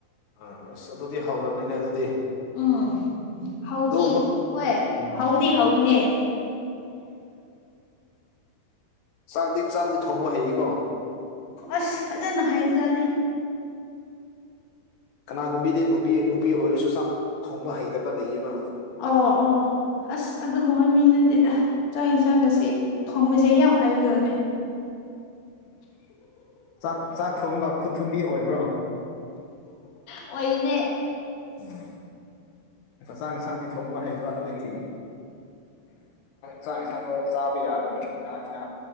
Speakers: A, on the left; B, on the left.
A: ꯑꯥ ꯑꯁ ꯑꯗꯨꯗꯤ ꯍꯧꯔꯅꯤꯅꯦ ꯑꯗꯨꯗꯤ
B: ꯎꯝ ꯍꯧꯗꯤ
A: ꯑꯗꯨꯒꯨꯝꯕ
B: ꯍꯣꯏ
A: ꯎꯝ
B: ꯍꯎꯕꯨꯗꯤ ꯍꯧꯕꯅꯦ
A: ꯆꯥꯛꯗꯤ ꯆꯥꯛꯗꯤ ꯊꯣꯡꯕ ꯍꯩꯌꯦꯀꯣ
B: ꯑꯁ ꯐꯖꯅ ꯍꯩꯏꯕꯖꯥꯠꯅꯤ <unintelligible>
A: ꯀꯅꯥꯒꯨꯝꯕꯤꯗꯤ ꯅꯨꯄꯤ ꯅꯨꯄꯤ ꯑꯣꯏꯔꯁꯨ ꯆꯥꯛ ꯊꯣꯡꯕ ꯍꯩꯇꯕ ꯂꯩꯌꯦꯕ
B: ꯑꯣ ꯑꯣ ꯑꯁ ꯑꯗꯨꯒꯨꯝꯕ ꯃꯤ ꯅꯠꯇꯦꯗ ꯆꯪ ꯏꯟꯁꯡꯒꯁꯦ ꯊꯣꯡꯕꯁꯦ ꯌꯥꯝ ꯍꯥꯏꯕꯖꯥꯅꯦ
A: ꯆꯥꯛ ꯆꯥꯛ ꯊꯣꯡꯕ ꯈꯨꯠ ꯊꯨꯝꯕꯤ ꯑꯣꯏꯕ꯭ꯔꯣ
B: ꯑꯣꯏꯅꯦ
A: ꯎꯝ ꯆꯥꯛ ꯏꯟꯁꯥꯡꯗꯤ ꯊꯣꯡꯕ ꯍꯩꯕ ꯑꯗꯨꯒꯤ ꯆꯥꯛ ꯏꯟꯁꯥꯡꯗꯣ ꯆꯥꯕ ꯌꯥꯗꯕ ꯌꯥ ꯌꯥ